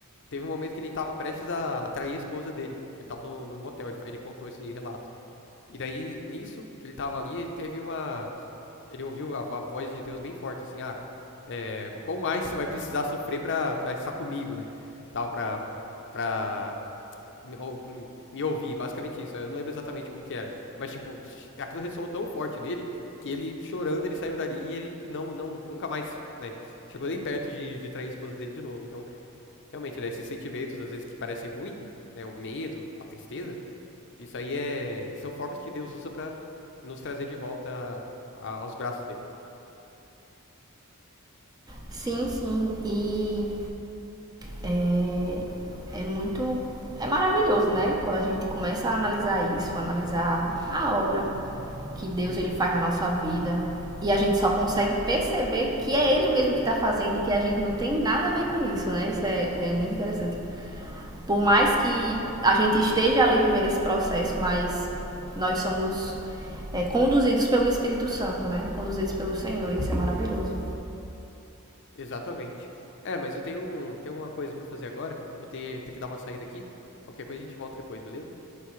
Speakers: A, on the left; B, on the right.
A: teve um momento que ele estava prestes a atrair a esposa dele. Ele estava no, num motel, ele, fa- ele contou esse relato. E daí, nisso, que ele estava ali, ele teve uma. Ele ouviu a, a voz de Deus bem forte, assim, ah, é, qual mais você vai precisar sofrer para estar comigo, né? Tal, pra, pra me, ou- hum, me ouvir, basicamente isso. Eu não lembro exatamente como que era. Mas, tipo, aquilo ressoou tão forte nele que ele, chorando, ele saiu dali e ele não, não, nunca mais, né? Chegou nem perto de, de trair a esposa dele de novo. Então, realmente, né, esses sentimentos, às vezes, que parecem ruim, né? O medo, a tristeza, isso aí é, são formas que Deus usa pra nos trazer de volta a- a- aos braços dele.
B: Sim, sim. E É, é muito. É maravilhoso, né? Quando a gente começa a analisar isso, analisar a obra que Deus ele faz na nossa vida. E a gente só consegue perceber que é Ele mesmo que está fazendo e que a gente não tem nada a ver com isso, né? Isso é, é muito interessante. Por mais que a gente esteja ali vivendo esse processo, mas nós somos é, conduzidos pelo Espírito Santo, né? Conduzidos pelo Senhor. Isso é maravilhoso.
A: Exatamente. É, mas eu tenho, um, tenho uma coisa pra fazer agora. Eu vou ter, ter que dar uma saída aqui. Qualquer coisa a gente volta depois, beleza?